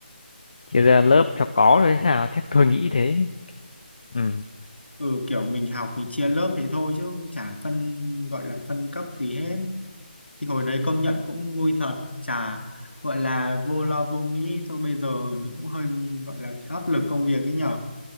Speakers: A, on the left; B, on the left.
A: chia ra lớp cho có thôi hay sao chắc tôi nghĩ thế ừ.
B: ừ kiểu mình học mình chia lớp thế thôi chứ cũng chả phân gọi là phân cấp gì hết thì hồi đấy công nhận cũng vui thật chả gọi là vô lo vô nghĩ thôi bây giờ cũng hơi gọi là áp lực công việc ấy nhở